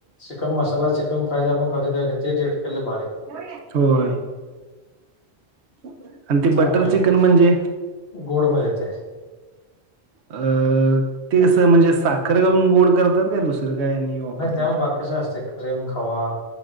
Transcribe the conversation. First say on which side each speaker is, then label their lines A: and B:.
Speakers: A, on the left; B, on the right.
A: chicken masala chicken fry जे आपण खातोय ते टेस्ट केलेल भारी आहे आ
B: <unintelligible> हो <unintelligible> आणि ते
A: त्यामुळे
B: बटर चिकन म्हणजे?
A: गोड मध्ये येत
B: अ ते कसं म्हणजे साखर घालून गोड करतात काय दुसरं काय आणि वापरतात
A: नाही त्यामुळे
B: त्यात?
A: बाकीच असतय क्रीम खवा